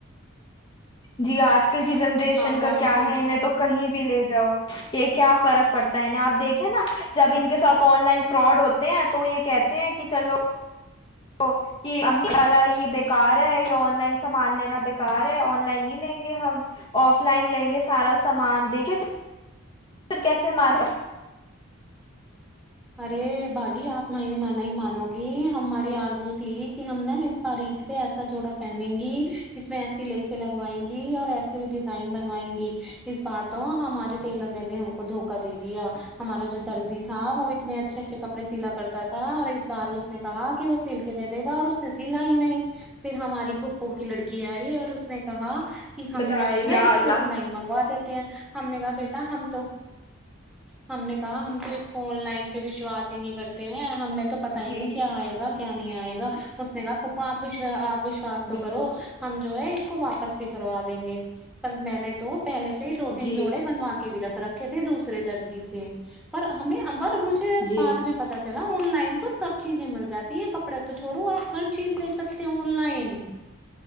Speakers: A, on the left; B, in the centre.
A: جی آج آج کل کی جنریشن
B: آپ
A: کا
B: آج
A: کیا
B: کل
A: ہے انہیں تو کہیں بھی لے جاؤ یہ کیا فرق پڑتا ہے انہیں آپ دیکھیں نا جب ان کے ساتھ آن لائن فراڈ ہوتے ہیں تو یہ کہتے ہیں کہ چلو تو کہ امی والا یہ بےکار ہے یا آن لائن سامان لینا بےکار ہے آن لائن نہیں لیں گے ہم آف لائن لیں گے سارا سامان دیکھے پھر کیسے مار
B: ارے باجی آپ میں نے نہیں مانو گی ہم ہماری آرزو تھی کہ ہم نا اس بار عید پہ ایسا جوڑا پہنیں گی اس میں ایسی لیسیں لگوائیں گی اور ایسی ڈیزائن بنوائیں گی اس بار تو ہمارے ٹیلر نے بھی ہم کو دھوکا دے دیا ہمارا جو درجی تھا وہ اتنے اچھے اچھے کپڑے سیلا کرتا تھا اور اس بار اس نے کہا کہ وہ سل کے دے دے گا اور اس نے سلا ہی نہیں پھر ہماری پھپھو کی لڑکی آئی اور اس نے کہا کہ ہم
A: بتائیں
B: جو ہے نا
A: یا
B: اس
A: اللہ
B: کو آن لائن منگواے تھ ہیں ہم نے کہا بیٹا ہم تو ہم نے کہا ہم تو اس کو آن لائن پ وشواس ہی نہیں کرتے ہیں ہمیں تو تو پتا ہی
A: جی
B: نہیں کیا آئے گ کہ کیا نہیں آئے گا اس نے کاا پپا آپپ وشوس تو
A: بالکل
B: کرو ہم جو ہے اس کو واپس پ کروا دیں گے پر میں نے تو پہلے سے ہی دو تین
A: جی
B: جوڑے بنوا کے بھی رکھ رکھے تھے دوسرے درجی سے پر ہمیں ارج
A: جی
B: بعد میں پتا چل آن لائن تو سب چیزیں مل جاتی ہیں کپڑے تو چھوڑو آپ ہر چیز لے سکتے آن لائن